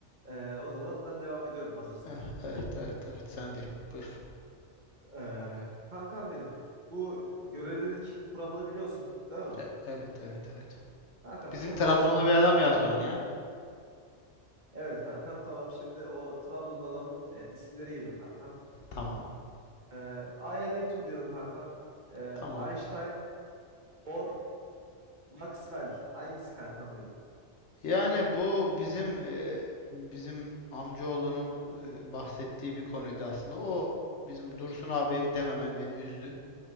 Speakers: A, on the right; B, on the left.
A: E, o zaman ben devam ediyorum hazırsan.
B: Eh, Evet evet evet sen değil. Buyur.
A: E, kankam benim bu görelilik kuramını biliyorsun değil mi?
B: E- Evet evet evet.
A: Kankam
B: Bizim
A: çok
B: Trabzonlu
A: basit.
B: bir adam yazdı onu ya.
A: Evet kankam tamam şimdi o Trabzon'un adamın e, isimleri geliyor kankam.
B: Tamam.
A: E, Aya Newton diyelim kankam. E,
B: Tamam.
A: Einstein, Bohr, Maxwell hangisi kankam benim?
B: Yani bu bizim e, bizim amcaoğlunun e, bahsettiği bir konuydu aslında. O bizim Dursun abi dememen beni üzdü.